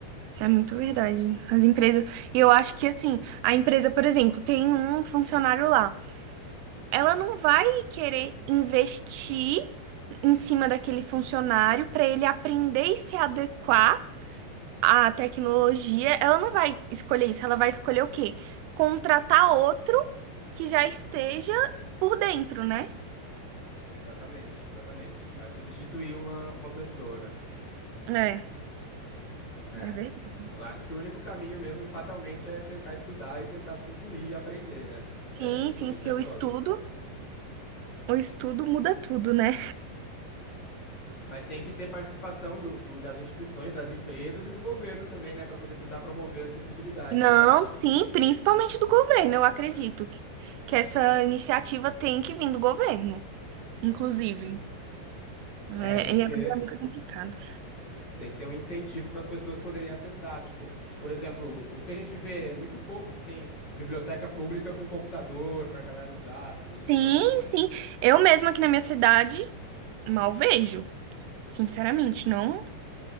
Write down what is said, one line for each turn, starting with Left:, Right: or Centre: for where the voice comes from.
Right: Isso é muito verdade. As empresas, eu acho que assim, a empresa, por exemplo, tem um funcionário lá. ela não vai querer investir em cima daquele funcionário para ele aprender e se adequar à tecnologia. Ela não vai escolher isso, ela vai escolher o quê? Contratar outro que já esteja por dentro, né?
Left: Exatamente, exatamente. Vai substituir uma, uma pessoa, né?
Right: É,
Left: É.
Right: é verdade.
Left: Eu acho que o único caminho mesmo, fatalmente, é tentar estudar e tentar se incluir e aprender, né? É,
Right: Sim,
Left: realmente
Right: sim, porque
Left: é foda.
Right: o estudo, o estudo muda tudo, né?
Left: Mas tem que ter participação do, do- das instituições, das empresas e do governo também, né? Pra poder tentar promover a acessibilidade,
Right: Não,
Left: né? Oferecer.
Right: sim, principalmente do governo, eu acredito
Left: É.
Right: que, que essa iniciativa tem que vir do governo,
Left: Sim,
Right: inclusive.
Left: com certeza.
Right: É,
Left: É, tem que
Right: e
Left: ter.
Right: é muito complicado.
Left: Tem que ter um incentivo para as pessoas poderem acessar. Tipo, por exemplo, o o que a gente vê é muito pouco que tem biblioteca pública com computador pra galera usar, assim,
Right: Sim,
Left: né?
Right: sim. Eu mesma aqui na minha cidade mal vejo. Sinceramente, não,